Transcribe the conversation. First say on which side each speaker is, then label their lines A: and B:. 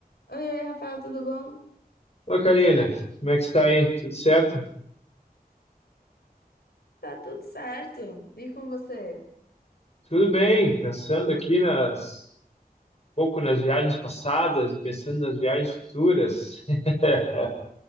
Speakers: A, on the left (about 85°); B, on the left (about 40°).
A: Oi, oi, Rafael, tudo bom?
B: Ô, Karina, como é que está aí? Tudo certo?
A: Tá tudo certo. E com você?
B: Tudo bem, pensando aqui nas, um pouco nas viagens passadas e pensando nas viagens futuras. <laughs>